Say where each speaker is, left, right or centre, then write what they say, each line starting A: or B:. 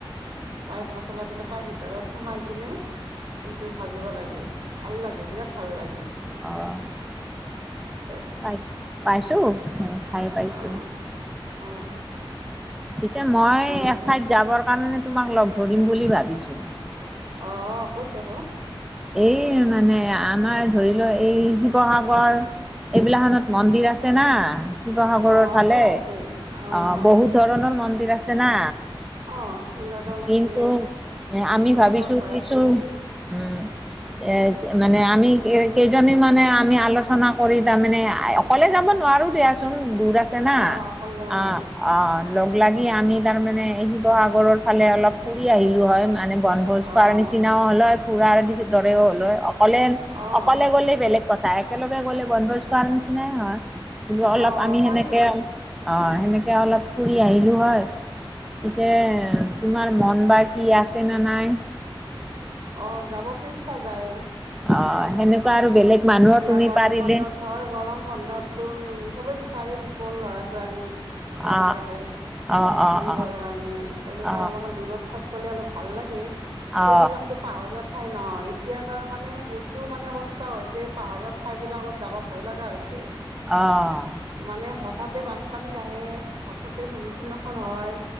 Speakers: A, on the right (about 55°); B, in the centre.
A: তাৰ মচলাবিলাক তাৰ ভিতৰত সোমাই কিনে এইটো ভাজিব লাগে। ভাল লাগে বিৰাট ভাল লাগে।
B: অহ।
A: <inaudible>
B: পাইছো পাইছো, খাই পাইছো।
A: অঁ অঁ।
B: পিছে মই
A: তেনেকৈ
B: এক ঠাইত যাবৰ কাৰণে তোমাক লগ ধৰিম বুলি ভাবিছো।
A: অঁ, ক'ত যাব?
B: এই মানে আমাৰ ধৰি লও এই শিৱসাগৰ এইবিলাখনত মন্দিৰ আছে না। শিৱসাগৰৰ
A: অঁ আছে
B: ফালে,
A: আছে অঁ
B: অ বহুত ধৰণৰ মন্দিৰ আছে না।
A: অঁ শিৱদৌল
B: কিন্তু
A: আছে
B: আমি
A: তলাতল
B: ভাবিছো
A: ঘৰ
B: কিছু,
A: আছে
B: উম। এ মানে আমি কেইজনী মানে আমি আলোচনা কৰি তামানে অকলে যাব নোৱাৰোঁ দিয়াচোন দূৰ আছে না,
A: অঁ অকলে যাব নোৱাৰি
B: অ অ। লগ লাগি আমি তাৰ মানে শিৱসাগৰৰ ফালে অলপ ফুৰি আহিলো হয় মানে বনভোজ
A: অঁ
B: খোৱাৰ নিচিনাও হ'ল হয়, ফুৰাৰ দৰেও হ'ল হয়। হ'লে
A: অঁ
B: অকলে গ'লে বেলেগ কথা একেলগে গ'লে বনভোজ খোৱাৰ নিচিনাই হয়। বোলো অলপ
A: অঁ
B: আমি
A: পাৰি
B: সেনেকে অ সেনেকে অলপ ফুৰি আহিলো হয়। পিছে তোমাৰ মন বা কি আছে নে নাই।
A: অ' যাবতো ইচ্ছা যায়ে।
B: অ' সেনেকুৱা আৰু বেলেগ মানুহো
A: এতিয়া
B: তুমি
A: গৰম
B: পাৰিলে
A: বন্ধত ধৰ গৰম বন্ধতো উম চবে বিচাৰে দেচোন ল'ৰা ছোৱালী বাচ্ছা
B: আহ
A: বিলাকে
B: অ অ
A: কৰিবৰ
B: অ
A: কাৰণে তেনেকুৱা
B: অ অ
A: অলপমান দূৰত থাকি গলে অলপ ভাল লাগে
B: অ
A: সেইবিলাকতো পাহৰুৱাত ঠাই নহয় এতিয়া তাৰ মানে যিটো মানে অৱস্থা হৈছে। যে পাহাৰুৱা থাইবিলাকত যাব ভয় লগা হৈছে।
B: অহ।
A: মানে হঠাতে বানপানী আহে। হঠাতে ভূমিস্খলন হয়